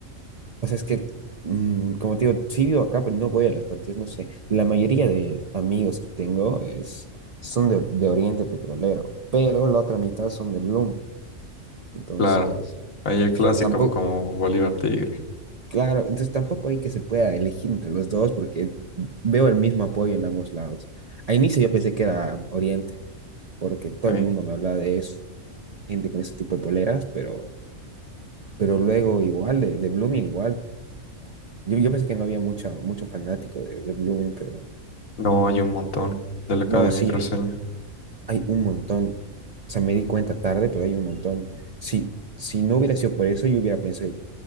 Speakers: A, on the right (about 55°); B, on the left (about 85°).
A: O sea, es que, mm, como te digo, sí vivo acá, pero no voy a los partidos, no sé. La mayoría de amigos que tengo es, son de, de Oriente Petrolero, pero la otra mitad son de Blooming. Entonces,
B: Claro, hay el clásico
A: tampoco,
B: como Bolívar Tigre.
A: claro, entonces tampoco hay que se pueda elegir entre los dos porque veo el mismo apoyo en ambos lados. A inicio yo pensé que era Oriente, porque todo
B: ok.
A: el mundo me hablaba de eso, gente con ese tipo de poleras, pero, pero luego igual, de, de Blooming igual. Yo, yo pensé que no había mucha, mucho fanático de, de Blooming, pero...
B: No hay un montón de la Academia
A: No, sí,
B: Cruceña.
A: hay, hay un montón. O sea, me di cuenta tarde, pero hay un montón. Si, si no hubiera sido por eso, yo hubiera pensado